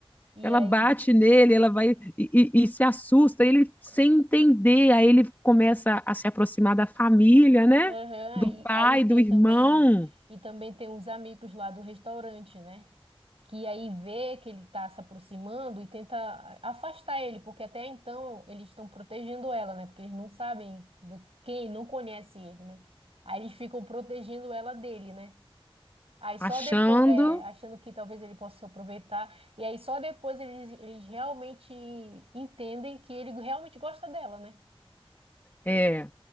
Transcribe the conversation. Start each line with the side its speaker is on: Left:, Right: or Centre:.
Right: E
Left: ela
Right: aí?
Left: bate nele, ela vai
Right: é,
Left: e, e- e se assusta, ele sem entender, aí ele começa a se aproximar da família, né?
Right: Aham, aí,
Left: Do pai,
Right: aí tem
Left: do irmão,
Right: também, e também tem uns amigos lá do restaurante, né? Que aí vê que ele tá se aproximando e tenta afastar ele, porque até então eles estão protegendo ela, né? Porque eles não sabem do quem, não conhece ele, né? Aí eles ficam protegendo ela dele, né? Aí só
Left: achando
Right: depois, é, achando que talvez ele possa se aproveitar. E aí só depois eles, eles realmente entendem que ele realmente gosta dela, né?
Left: é,